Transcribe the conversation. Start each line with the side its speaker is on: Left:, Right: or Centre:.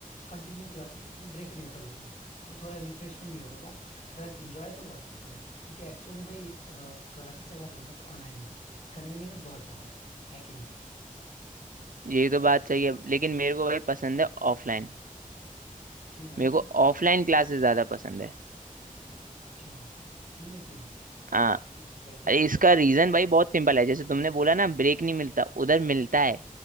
Left: कंटिन्यू क्लासेस होती हैं ब्रेक नहीं होता बीच में तो थोड़ा रिफ्रेशमेंट नहीं हो पाता अदरवाइज इंजॉय तो बहुत करता हूँ क्योंकि एक्चुअल में भाई क्लासेस अगर हो ना तो ऑनलाइन में हो कन्वीनियंस बहुत ज्यादा है है कि नहीं भाई
Right: यही तो बात सही है लेकिन मेरे को भाई पसंद है ऑफलाइन
Left: क्यों भाई
Right: मेरे को ऑफलाइन क्लासेस ज्यादा पसंद है
Left: अच्छा क्यों लेकिन
Right: हाँ,
Left: इतनी क्रुएल्टी
Right: अरे
Left: क्यों
Right: इसका
Left: भाई खुद
Right: रीजन
Left: के साथ
Right: भाई बहुत सिंपल है जैसे तुमने बोला ना ब्रेक नहीं मिलता उधर मिलता है